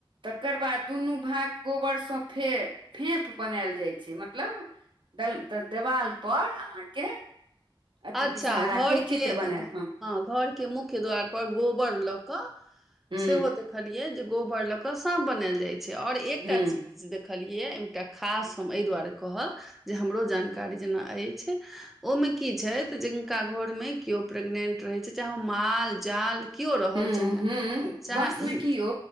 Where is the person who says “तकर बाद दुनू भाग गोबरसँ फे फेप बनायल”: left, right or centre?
Right